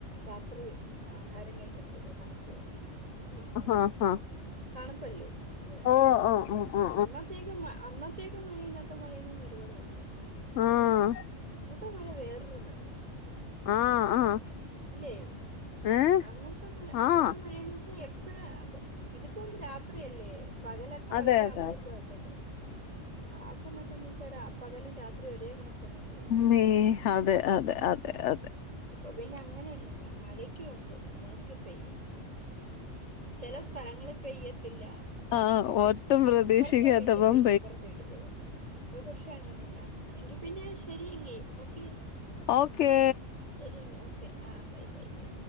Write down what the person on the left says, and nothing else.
ആഹ് ആഹ്
ആഹ് ആഹ് ആഹ് ആഹ്
ഓ ആഹ്
ആഹ് ആഹ്
ഏ
ആഹ്
അതെ
അതെ
ദേഹ് അഹ് അതെ അതെ അതെ അതെ
ആഹ് ഒട്ടും പ്രതീക്ഷിക്കാത്തപ്പം
ഓക്കെ